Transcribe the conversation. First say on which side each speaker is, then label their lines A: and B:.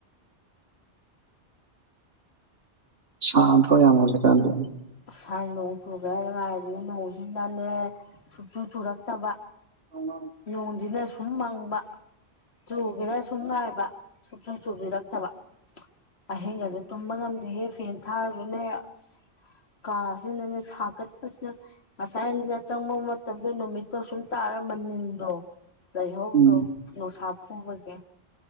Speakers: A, on the right (about 60°); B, on the left (about 65°).
A: ꯁꯥꯗ꯭ꯔꫭ ꯌꯥꯝ ꯍꯧꯖꯤꯛ ꯀꯥꯟꯁꯦ
B: ꯁꯥꯏ ꯅꯣꯡ ꯆꯨꯒ꯭ꯔꯦ ꯉꯥꯏꯔꯤꯅꯦ ꯅꯣꯡꯁꯤꯅꯅꯦ ꯁꯨꯨꯡ ꯆꯨ ꯆꯨꯔꯛꯇꯕ
A: <unintelligible>
B: ꯅꯣꯡꯁꯤꯅ ꯁꯨꯝ ꯃꯪꯕ ꯆꯨꯒꯔ ꯁꯨꯝ ꯉꯥꯏꯕ ꯁꯨꯡꯆꯨ ꯆꯨꯕꯤꯔꯛꯇꯕ ꯑꯍꯤꯡꯒꯁꯦ ꯇꯨꯝꯕ ꯉꯝꯗꯦꯍꯦ ꯐꯦꯟ ꯊꯥꯔꯗꯨꯅꯦ ꯑꯁ ꯀꯥꯁꯤꯅꯅꯦ ꯁꯥꯒꯠꯄꯁꯤꯅ ꯉꯁꯥꯏ ꯑꯩꯅ ꯆꯪꯕ ꯃꯇꯝꯗ ꯅꯨꯃꯤꯠꯇꯣ ꯁꯨꯝ ꯇꯥꯔ ꯃꯅꯤꯜ ꯗꫭ ꯂꯥꯏꯍꯧꯗꯣ
A: ꯎꯝ
B: ꯅꯨꯡꯁꯥ ꯐꯨꯕꯁꯦ